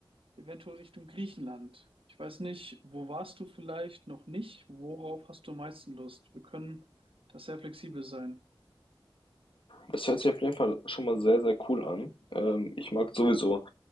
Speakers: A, on the right; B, on the left.
A: eventuell Richtung Griechenland. Ich weiß nicht, wo warst du vielleicht noch nicht? Worauf hast du am meisten Lust? Wir können da sehr flexibel sein.
B: Das hört sich auf jeden Fall schon mal sehr, sehr cool an. Ähm, ich mag sowieso